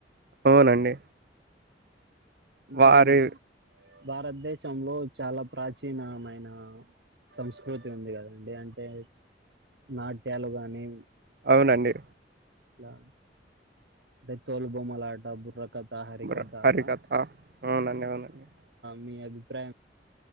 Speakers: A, on the right; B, on the right.
A: అవునండి
B: ఇంకా
A: వారి
B: మా భారతదేశ్ ప్రంలో చాలా ప్రాచీనమైన సంస్కృతి ఉంది కదండి అంటే నాట్యాలు గానీ
A: అవునండి
B: అంటే తోలు బొమ్మాలట బుర్రక హరి
A: బుర్ర
B: కథాల
A: హరికథ అవునండి అవునండి
B: మీ అది అిప్రాయం